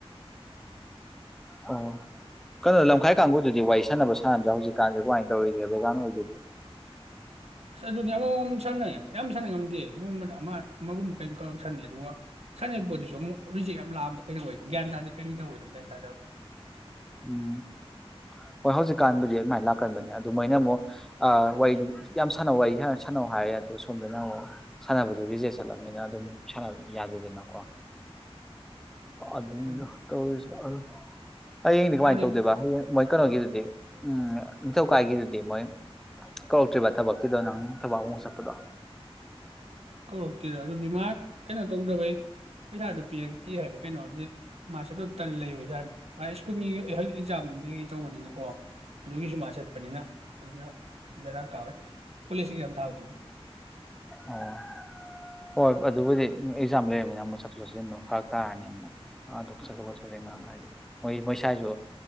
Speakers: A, in the centre; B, on the right.
A: ꯎ ꯑꯣ ꯀꯩꯅꯣ ꯂꯝꯈꯥꯏ ꯀꯥꯡꯕꯨꯗꯨꯗꯤ ꯋꯥꯔꯤ ꯁꯥꯟꯅꯕ ꯁꯥꯟꯅꯗ꯭ꯔꯥ ꯍꯧꯖꯤꯛꯀꯥꯟ ꯀꯃꯥꯏꯅ ꯇꯧꯔꯤꯒꯦ ꯕꯦꯒꯥꯟ ꯍꯣꯏꯗꯨꯕꯨ
B: ꯑꯁ ꯑꯗꯨꯅꯤ ꯑꯃꯃꯃꯛ ꯁꯥꯟꯅꯩ ꯌꯥꯝ ꯁꯥꯟꯅ ꯉꯝꯗꯦ ꯅꯣꯡꯃꯗ ꯑꯃ ꯑꯃꯒꯨꯝꯕ ꯀꯔꯤꯝ ꯈꯛ ꯁꯥꯟꯅꯩ ꯑꯗꯨꯒ ꯁꯥꯟꯅꯔꯤꯕ ꯄꯣꯠꯇꯨꯁꯨ ꯑꯃꯨꯛ ꯔꯤꯖꯦꯛ ꯌꯥꯝ ꯂꯥꯛꯑꯝꯕ ꯀꯩꯗꯧ ꯑꯣꯏ ꯒ꯭ꯌꯥꯟ ꯇꯥꯗꯦ ꯀꯔꯤ ꯇꯧꯋꯤꯅꯣ ꯒ꯭ꯌꯥꯟ ꯇꯥꯗꯕ
A: ꯎꯝ ꯍꯣꯏ ꯍꯧꯖꯤꯛꯀꯥꯟꯕꯨꯗꯤ ꯑꯗꯨꯃꯥꯏꯅ ꯂꯥꯛꯀꯟꯗꯅꯦ ꯑꯗꯨ ꯃꯣꯏꯅ ꯑꯃꯨꯛ ꯋꯥꯔꯤꯗꯨ ꯌꯥꯝ ꯁꯥꯟꯅꯧ ꯋꯥꯔꯤ ꯁꯥꯟꯅꯧ ꯍꯥꯏꯔꯦ ꯑꯗꯣ ꯁꯣꯝꯗꯅ ꯑꯃꯨꯛ ꯁꯥꯟꯅꯕꯗꯨ ꯔꯤꯖꯦꯛ ꯆꯠꯂꯝꯅꯤꯅ ꯑꯗꯨꯝ ꯁꯥꯟꯅ ꯌꯥꯗꯦꯗꯅꯀꯣ ꯑꯗꯨꯅꯤꯗꯣ
B: ꯑꯗꯨ
A: ꯇꯧꯔꯤꯁꯦ ꯑ ꯍꯌꯦꯡꯗꯤ ꯀꯃꯥꯏꯅ
B: ꯑꯗꯨꯗꯤ
A: ꯇꯧꯗꯦꯕ ꯍꯌꯦꯡꯣꯏ ꯀꯩꯅꯣꯒꯤꯗꯨꯗꯤ ꯎꯝ ꯅꯤꯡꯊꯧꯀꯥꯏꯒꯤꯗꯨꯗꯤ ꯃꯣꯏ ꯀꯧꯔꯛꯇ꯭ꯔꯤꯕ ꯊꯕꯛꯀꯤꯗꯣ ꯅꯪ ꯊꯕꯛ ꯑꯃꯨꯛ ꯆꯠꯄꯗꯣ
B: ꯀꯧꯔꯛꯇꯦꯗ ꯑꯗꯨꯗꯤ ꯃꯥ ꯀꯩꯅꯣ ꯇꯧꯗꯕꯩ ꯄꯩꯁꯥꯗꯨ ꯄꯤꯔꯛꯇꯦ ꯍꯥꯏꯕ ꯀꯩꯅꯣ ꯑꯗꯨꯗꯤ ꯃꯥ ꯆꯠꯇꯩ ꯇꯟ ꯂꯩꯕ ꯖꯥꯠꯅꯤ ꯃꯥ ꯁ꯭ꯀꯨꯜꯒꯤ ꯍꯧꯖꯤꯛ ꯑꯦꯛꯖꯥꯝ ꯀꯩꯀꯩ ꯇꯧꯕꯅꯤꯅꯀꯣ ꯑꯗꯨꯒꯤꯁꯨ ꯃꯥ ꯆꯠꯄꯅꯤꯅ ꯑꯗꯨꯅ ꯕꯦꯔꯥ ꯀꯥꯕꯩ ꯀꯣꯂꯦꯖ ꯑꯦꯛꯖꯥꯝ ꯊꯥꯕꯗꯨꯒꯤ
A: ꯑꯣ ꯍꯣꯏ ꯑꯗꯨꯕꯨꯗꯤ ꯑꯦꯛꯖꯥꯝ ꯂꯩꯔꯝꯃꯤꯅ ꯑꯃꯨꯛ ꯆꯠꯊꯣꯛ ꯆꯠꯁꯤꯟꯗꯣ ꯐꯔꯛ ꯇꯥꯔꯅꯤ ꯑꯃꯨꯛ ꯑꯗꯨ ꯆꯠꯊ ꯆꯠ ꯆꯠꯁꯤꯟ ꯍꯥꯏꯗꯤ ꯃꯣꯏ ꯃꯣꯢ ꯁꯥꯏꯁꯨ